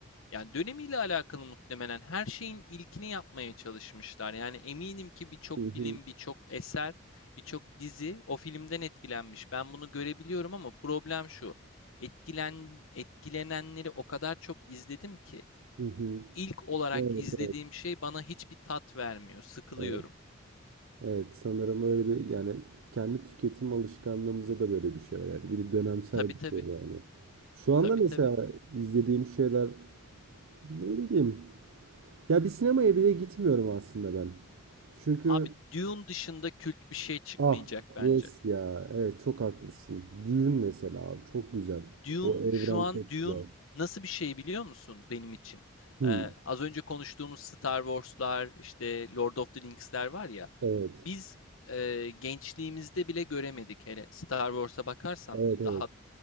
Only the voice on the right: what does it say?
Hı
hı.
Hı hı.
Evet,
evet. Evet sanırım öyle bir yani kendi tüketim alışkanlığımıza da böyle bir şey var yani. Bir de dönemsel
bir
şey yani. Şu anda
mesela
izlediğim şeyler ne bileyim. Ya bir sinemaya bile gitmiyorum aslında ben. Çünkü
ah
yes ya evet çok haklısın. Düğün mesela abi çok güzel.
O evren
çok
güzel.
Hı,
evet.
Evet
evet.